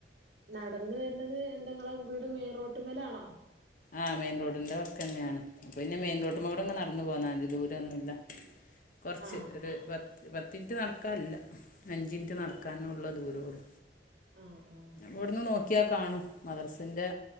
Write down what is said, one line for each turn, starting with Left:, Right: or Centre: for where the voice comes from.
Right: നടന്ന വരുന്നത് എന്തെങ്കളും റോട്ട് മേലാണോ
Left: ആ മെയിൻറോഡിന്റെ വക്ക്ന്നെയാണ് പിന്നെ മെയിൻ റോഡിമെക്കൂടെ
Right: ആഹ്
Left: നടന്നിങ്ങ് പോന്നാൽ മതി ദൂരോന്നുല്ല കുറച്ച്
Right: ആഹ്
Left: ഒരു
Right: ആഹ്
Left: ണീറ്റ് നടക്കാല്ല അഞ്ചു മിനിറ്റ് നടക്കാനോള്ള
Right: അഹ്
Left: ദൂരേള്ളൂ
Right: ആഹ് ആഹ്
Left: ഇവിടുന്ന് നോ കാണും മദ്രസേന്റെ